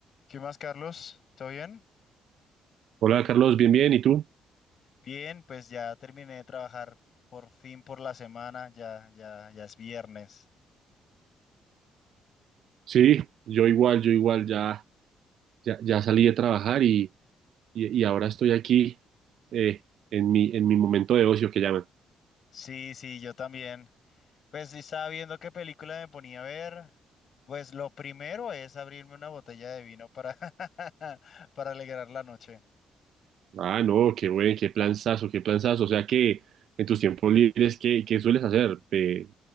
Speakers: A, on the left; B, on the right.
A: ¿Qué más, Carlos? ¿Todo bien?
B: Hola Carlos, bien, bien, ¿y tú?
A: Bien, pues ya terminé de trabajar por fin por la semana, ya, ya, ya es viernes.
B: Sí, yo igual, yo igual, ya, ya, ya salí de trabajar y, y, y ahora estoy aquí eh, en mi, en mi momento de ocio que llaman.
A: Sí, sí, yo también. Pues sí estaba viendo qué película me ponía a ver. Pues lo primero es abrirme una botella de vino para, <laughs> para alegrar la noche.
B: Ah, no, qué buen, qué planzazo, qué planzazo. O sea que en tus tiempos libres, ¿qué, qué sueles hacer? Eh,